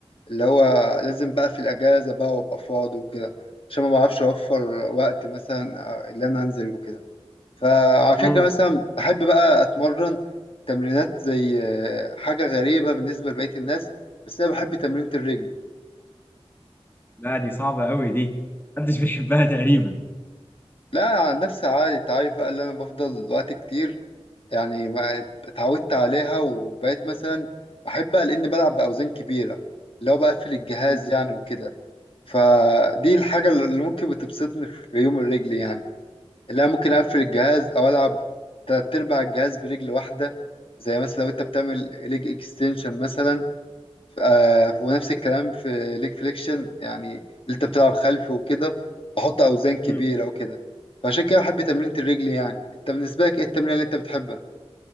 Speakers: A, on the left; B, on the left.
A: اللي هو لازم بقى في الاجازة بقى وابقى فاضي وكده عشان ما بعرفش اوفر وقت مثلا آه، اللي انا انزل وكده فعلى فكرة
B: امم
A: مثلا بحب بقى اتمرن تمرينات زي آه، حاجة غريبة بالنسبة لبقية الناس بس انا بحب تمرينة الرجل
B: لا دي صعبة قوي دي محدش <laughs> بيحبها تقريبا
A: لا عن نفسي عادي انت عارف بقى اللي انا بفضل وقت كتير يعني ما اتعودت عليها وبقيت مثلا بحبها لأني بلعب بأوزان كبيرة اللي هو بقفل الجهاز
B: مم.
A: يعني وكده فدي الحاجة اللي ممكن بتبسطني في يوم الرجل يعني اللي أنا ممكن أقفل الجهاز أو ألعب تلات أرباع الجهاز برجل واحدة زي مثلا لو أنت بتعمل ليج اكستنشن مثلا ف- آه، ونفس الكلام في ليج فليكشن يعني اللي أنت بتلعب خلفي وكده بحط أوزان كبيرة
B: مم.
A: وكده فعشان كده بحب تمرينة الرجل يعني أنت بالنسبة لك إيه التمرين اللي أنت بتحبها؟